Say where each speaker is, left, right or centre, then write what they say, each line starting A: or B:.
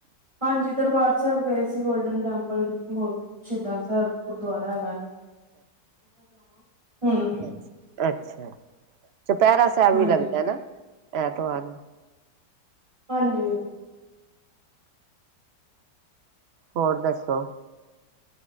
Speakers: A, on the right; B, on the right.
A: ਹਾਂਜੀ, ਦਰਬਾਰ ਸੈਬ ਗਏ ਸੀ ਗੋਲਡਨ ਟੈਂਪਲ। ਹੋਰ ਸ਼ੀਦਾਂ ਸੈਬ ਗੁਰਦੁਆਰਾ ਹੈਗਾ ਐ। ਹੁਣ
B: ਅੱਛਾ-ਅੱਛਾ। ਚਪੈਰਾ ਸੈਬ
A: ਹਾਂਜੀ
B: ਵੀ ਲੱਗਦਾ ਏ ਨਾ? ਐਤਵਾਰ।
A: ਹਾਂਜੀ।
B: ਹੋਰ ਦੱਸੋ?